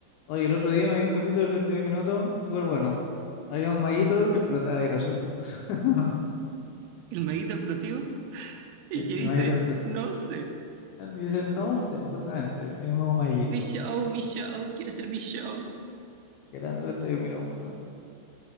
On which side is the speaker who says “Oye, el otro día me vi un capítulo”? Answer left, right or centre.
Left